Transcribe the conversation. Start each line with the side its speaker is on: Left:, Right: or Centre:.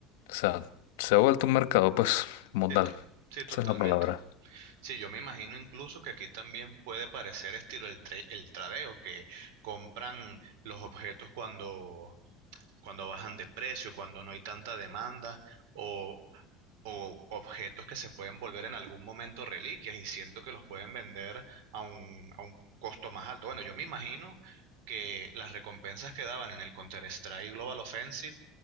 Left: sea, se ha vuelto un mercado, pues, como
Right: Sí,
Left: tal,
Right: to- sí, totalmente.
Left: esa es la palabra.
Right: Sí, yo me imagino incluso que aquí también puede parecer estilo el, tra- el tradeo, que compran los objetos cuando, cuando bajan de precio, cuando no hay tanta demanda, o, o objetos que se pueden volver en algún momento reliquias y siento que los pueden vender a un, a un costo más alto. Bueno, yo me imagino que las recompensas que daban en el Counter-Strike Global Offensive,